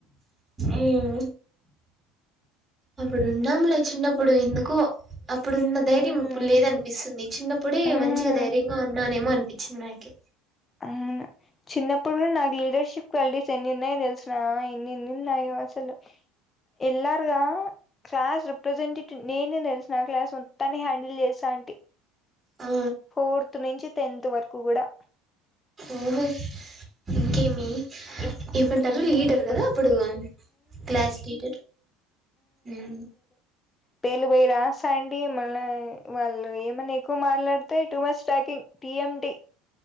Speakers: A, on the right; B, on the left.
A: మ్మ్ అప్పుడున్నాము లే చిన్నప్పుడు ఎందుకో అప్పుడున్న ధైర్యం
B: మ్మ్
A: ఇప్పుడు లేద అనిపిస్తుంది చిన్నప్పుడే
B: మ్మ్
A: మంచిగా ధైర్యంగా ఉన్నానమో అనిపించింది నాకి
B: అవును చిన్నప్పుడు నాకు లీడర్షిప్ క్వాలిటీస్ ఎన్నున్నాయ్ తెల్స్నా ఎన్నిన్ని ఉన్నాయో అసలు ఎల్లారుగా క్లాస్ రిప్రజెంటేటివ్ నేనే తెలుసునా ఆ క్లాస్ మొత్తాన్ని హ్యాండిల్ చేస్తాంటి.
A: ఆ
B: ఫోర్త్ నుంచి తెన్ ఇంత వరకు కూడా
A: ఓహో ఇంకే మీ
B: ఇప్
A: ఏమంటారు
B: మ్మ్
A: లీడర్
B: ఇప్పుడు
A: కదా అప్పుడు క్లాస్ లీడర్ మ్మ్
B: పేలు భై రా సా అండి మల్ల వాళ్ళు ఏమన్నా ఎక్కువ మాట్లాడితే too much talking T M T